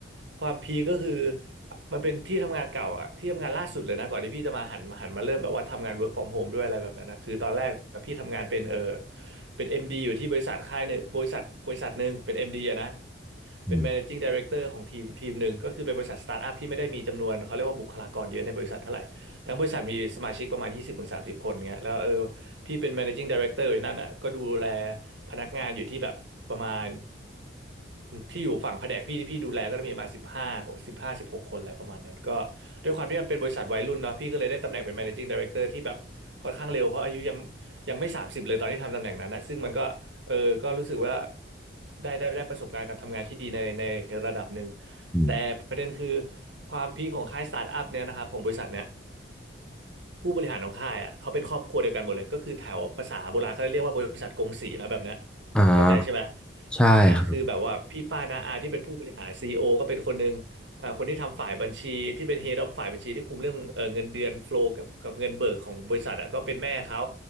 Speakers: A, on the right; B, in the centre.
A: ความพีคก็คือมันเป็นที่ทำงานเก่าอะที่ทำงานล่าสุดเลยนะก่อนที่พี่จะมาหันหันมาเริ่มแบบว่าทำงาน work from home ด้วยอะไรแบบนั้นนะคือตอนแรกอะพี่ทำงานเป็นเออเป็น MD อมดีอยู่ที่บริษัทค่ายหนึ่งบริษัทบริษัทหนึ่งเป็น MD อมดีอะนะ
B: อืม
A: เป็น managing director ของทีมทีมหนึ่งก็คือเป็นบริษัทสตาร์ทอัพที่ไม่ได้มีจำนวนเขาเรียกว่าบุคลากรเยอะในบริษัทเท่าไหร่ทั้งบริษัทมีสมาชิกประมาณ20-30คนเงี้ยแล้วเออ พี่เป็น managing director อยู่ที่นั่นอ่ะก็ดูแลพนักงานอยู่ที่แบบประมาณที่อยู่ฝั่งแผนกพี่ที่พี่ดูแลก็จะมีประมาณสิบห้าสิบห้าสิบหกคนอะไรประมาณนั้นก็ด้วยความที่มันเป็นบริษัทวัยรุ่นเนาะพี่ก็เลยได้ตำแหน่งเป็น managing director ที่แบบค่อนข้างเร็วเพราะอายุยังยังไม่สามสิบเลยตอนที่ทำตำแหน่งนั้นนะซึ่งมันก็เออก็รู้สึกว่าได้ได้ได้ประสบการณ์การทำงานที่ดีในในระดับหนึ่ง
B: อืม
A: แต่ประเด็นคือความพีคของค่ายสตาร์ทอัพเนี่ยนะครับของบริษัทเนี่ย ผู้บริหารของค่ายอ่ะเขาเป็นครอบครัวเดียวกันหมดเลยก็คือแถวภาษาโบราณเขาเรียกว่าบริษัทกงสีนะแบบเนี้ย
B: อ่า
A: เข้าใจใช่ไหม
B: ใช่ครับ
A: อ่าคือแบบว่าพี่ป้าน้าอาที่เป็นผู้บริหารซีอีโอก็เป็นคนหนึ่งอ่าคนที่ทำฝ่ายบัญชีที่เป็น head of ฝ่ายบัญชีที่คุมเรื่องเออเงินเดือนโฟล w กับกับเงินเบิกของบริษัทอ่ะก็เป็นแม่เขา